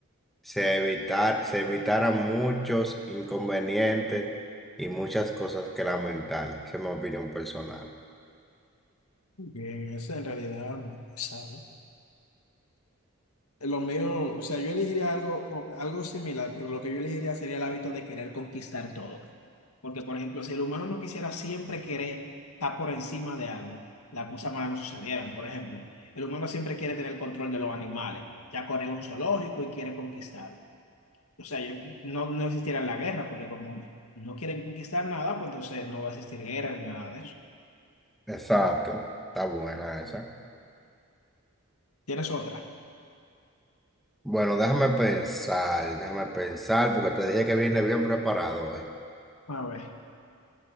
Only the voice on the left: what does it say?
Muy Bien, eso en realidad es muy sano. Lo mío, o sea, yo elegiría algo, o- algo similar, pero lo que yo elegiría sería el hábito de querer conquistar todo. Porque, por ejemplo, si el humano no quisiera siempre querer estar por encima de algo, las cosas malas no sucedieran. Por ejemplo, el humano siempre quiere tener control de los animales. Ya corre un zoológico y quiere conquistarlo. O sea, yo, no, no existiera la guerra, porque como no quieren conquistar nada, pues entonces no va a existir guerra ni nada de eso.
¿Tienes otra?
A ver,